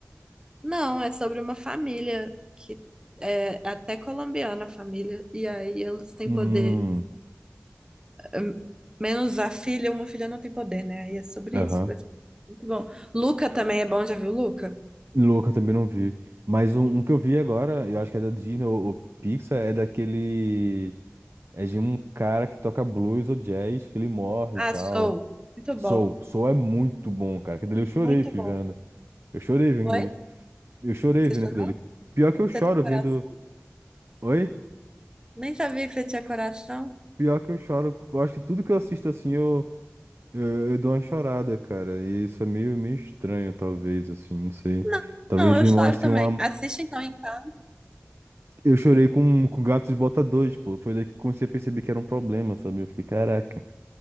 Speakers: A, on the right; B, on the right.
A: Não, é sobre uma família que é até colombiana a família, e aí eles têm
B: Hum,
A: poder hum, menos a filha, uma filha não tem poder, né? Aí é sobre
B: aham.
A: isso. Muito bom. Luca também é bom, já viu Luca?
B: Louca também não vi. Mas um, um que eu vi agora, eu acho que é da Disney ou, ou Pixar, é daquele. É de um cara que toca blues ou jazz, que ele morre
A: Ah,
B: e tal.
A: Soul. Muito
B: Soul.
A: bom.
B: Soul é muito bom, cara. Aquilo dele eu chorei,
A: Muito
B: fi,
A: bom.
B: vendo. Eu chorei vendo
A: Oi?
B: ele. Eu chorei
A: Você
B: vendo
A: chorou?
B: aquilo dele. Pior que eu choro
A: Você tem coração?
B: vendo. Oi?
A: Nem sabia que você tinha coração.
B: Pior que eu choro. Eu acho que tudo que eu assisto assim, eu. Eu, eu dou uma chorada, cara. E isso é meio, meio estranho, talvez, assim, não sei.
A: Não,
B: Talvez
A: não, eu
B: me
A: choro
B: mostre
A: também.
B: uma.
A: Assiste então, então.
B: Eu chorei com, com Gatos Botadores, pô. Foi daí que eu comecei a perceber que era um problema, sabe? Eu fiquei, caraca.